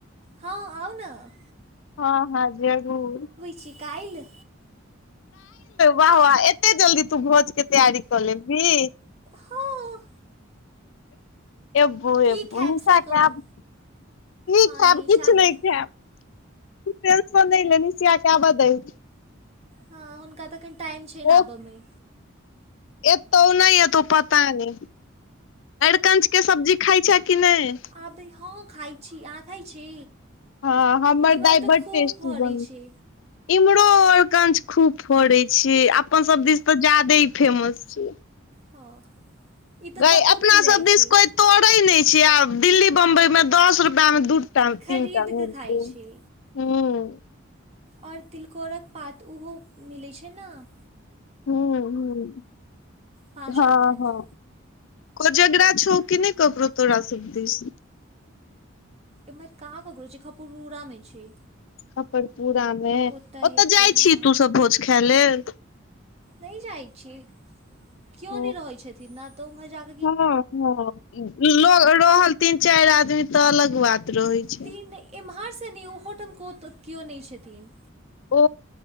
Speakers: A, on the right; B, on the left.
A: हँ आउ न
B: हँ हँ जरूर
A: छिकाइल
B: बाह वाह एते जल्दी तू भोज के तैयारी कऽ लेबही
A: हँ
B: एबौ
A: की
B: एबौ
A: खैबसे
B: <unintelligible>
A: कहू
B: खेब की
A: हँ
B: खेब
A: निशा
B: किछु
A: दी
B: नहि खेब तु टेंशन नै ले निशिया के आबऽ दहि
A: हँ हुनका तऽ अखन टाइम छै नऽ
B: ओ
A: आबऽमे
B: एतौ नहि एतौ पता नहि अरिकंच के सब्जी खाय छे कि नहि
A: अबी हँ खाइ छी अहाँ खाइ छी
B: हँ हमर
A: एम्हर
B: दाइ
A: तऽ
B: बड
A: खूब
B: टेस्टी
A: भरै
B: बन
A: छै
B: इम्हरो अरकंच खूब फड़ै छियै अपन सभ दिस तऽ जादेही फेमस छै
A: हँ ई तऽ
B: गै
A: कतहु
B: अपनासभ
A: मिल जाइ
B: दिस
A: छै
B: कोइ तोड़ै नहि छै आब दिल्ली बम्बइमे दस रुपैयामे दू तहन
A: खरीद
B: तीनटा मिलतौ
A: कऽ खाइ
B: हूंम्म
A: छै आओर तिलकोरक पात ओहो मिलै छै न
B: हूंम्म हूंम्म
A: पाँचटा
B: हँ
A: पात
B: हँ कोजगड़ा छौ कि नहि ककरो तोरा सब दिस
A: एम्हर कहाँ ककरो छै खपरपुरा मे छै
B: खपरपुरा मे
A: ओतय
B: ओतऽ
A: हेतै
B: जाइ
A: हँ
B: छीही तू सब भोज खे लेल
A: नहि जाय छियै क्यो
B: हँ
A: नै रहै छथिन न तऽ ओम्हर जाक
B: हँ हँ ल रहल तीन चारि आदमी तऽ अलग बात रहै छै
A: तीन एम्हरसँ नहि ओहोटम केओ नहि छथिन
B: ओ